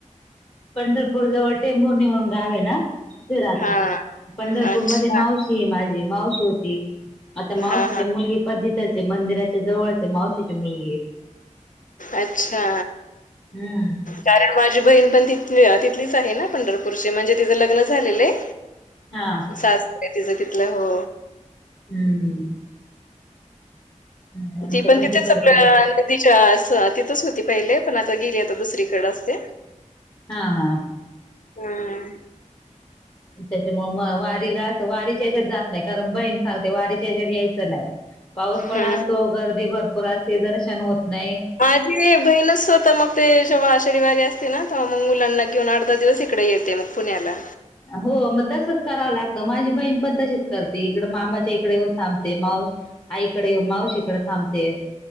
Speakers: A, on the left (about 35°); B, on the left (about 85°).
A: पंढरपूर जवळ टेंबूरणी म्हणुन गाव आहे ना, तिथे राहते.
B: हा
A: पंढरपूर
B: अच्छा
A: मध्ये माऊशी. शी हे माझी मावशी होती. आता मावशीची
B: हा हा
A: मुलगी पण तिथच आहे, मंदिराच्या जवळ. मावशीची मुलगी
B: अच्छा
A: हम्म.
B: कारण माझी बहीण पण तिथ तिथलीच आहे ना, पंढरपूरची म्हणजे तिचं लग्न झालेलं आहे.
A: हा.
B: सासरी तिचं तिथल हो.
A: हम्म. हम्म आमचं
B: ती पण तिथेच
A: तिकडचच
B: चकल्या ली. तिच्या तिथच होती पहिले, पण आता गेली, आता दुसरीकडे असते.
A: हा, हा.
B: हम.
A: त्याच्यामुळे म वारीला असं वारीच्या ह्याच्यात जात नाही, कारण बहीण सांगते वारीच्याच्यात यायचं नाही. पाऊस पण
B: हम्म
A: असतो, गर्दी भरपूर असते, दर्शन होत नाही.
B: माझी बहीणच स्वतः मग ते जेव्हा आषढी वारी असते ना, तेव्हा मग मुलांना घेऊन आठ, दहा दिवस इकडे येते मग. पुण्याला.
A: हो, मग तसच करावं लागतं. माझी बहीण पण तशीच करते, इकड मामाच्या इकडे येऊन थांबते. आईकडे, येवुन मावशीकडे थांबते.